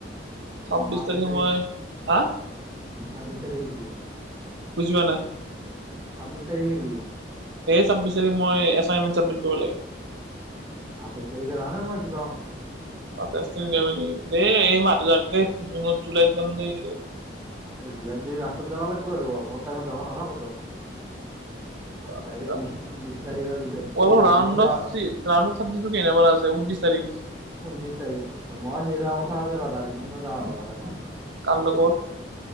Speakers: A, on the right; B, on the right.
A: চাব্বিছ
B: মই আঠাইছ
A: তাৰিখে
B: তাৰিখ
A: মই, হা?
B: ছাব্বিছ তাৰিখে কি
A: বুজি পা নাই।
B: ছাব্বিছ তাৰিখে কি?
A: ছাব্বিছ তাৰিখে মই এছাইনমেণ্ট চাবমিত কৰিব লাগে।
B: আঠাইছ তাৰিখে যামে মই ছিলং।
A: <unintelligible> দেই এই মাহটো যাওঁক দে। জুনত জুলাইৰ যাম দে <unintelligible>
B: এ জুলাইত গেলি লাষ্টত যাব লাগব আৰু <unintelligible> টাইমত যাব নোৱাৰা কতো।
A: অলপ
B: ডাইৰেক্ট বিশ
A: <unintelligible>
B: বিশ তাৰিখৰ পিছত
A: কেনেবাৰ
B: অ দাৰ্জিলিং
A: আছে
B: যাৱা
A: ঊনত্ৰিছ তাৰিখ।
B: ঊনত্ৰিশ তাৰিখ মই, সেই যা কথা আছে ৰ। দাৰ্জিলিঙো যাব হ'ব পাৰে মৰ।
A: কাৰ লগত